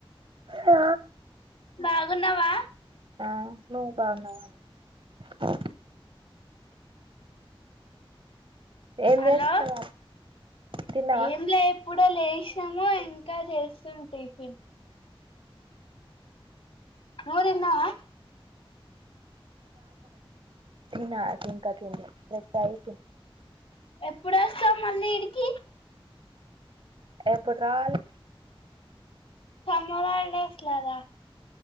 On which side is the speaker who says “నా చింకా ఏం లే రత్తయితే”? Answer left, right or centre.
Right